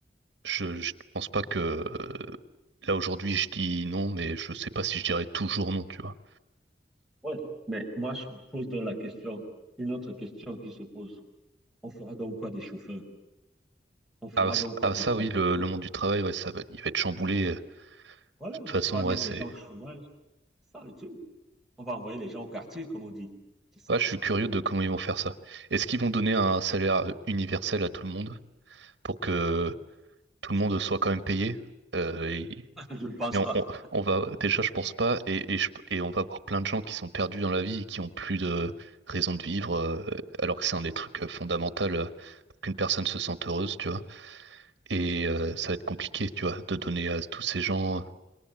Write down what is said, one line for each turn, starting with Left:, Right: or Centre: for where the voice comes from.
Right: je, je pense pas que euh, là aujourd'hui je dis non, mais je sais pas si je dirais toujours non, tu vois.
Centre: Ouais. Mais moi, je pose donc la question, une autre question qui se pose. On fera donc quoi des chauffeurs? On fera
Right: Ah, c-
Centre: donc quoi
Right: ah,
Centre: des
Right: ça
Centre: taxis
Right: oui, le, le monde du travail, ouais, ça va, il va être chamboulé. euh, De
Centre: Voilà,
Right: toute façon,
Centre: on va
Right: ouais,
Centre: mettre
Right: c'est,
Centre: les gens au chômage. C'est ça le truc. On va envoyer les gens au quartier, comme on dit. C'est ça
Right: ouais, je suis
Centre: le
Right: curieux
Centre: truc.
Right: de comment ils vont faire ça. Est-ce qu'ils vont donner un salaire euh, universel à tout le monde pour que tout
Centre: Je
Right: le monde
Centre: ne sais pas.
Right: soit quand même payé. euh, et,
Centre: <laughs> Je ne pense
Right: et on,
Centre: pas.
Right: on- on va déjà, je pense pas, et, et, je- et on va avoir plein de gens qui sont perdus dans la vie et qui ont plus de raison de vivre, euh, alors que c'est un des trucs euh, fondamentaux euh, pour qu'une personne se sente heureuse, tu vois. Et euh, ça va être compliqué, tu vois, de donner à tous ces gens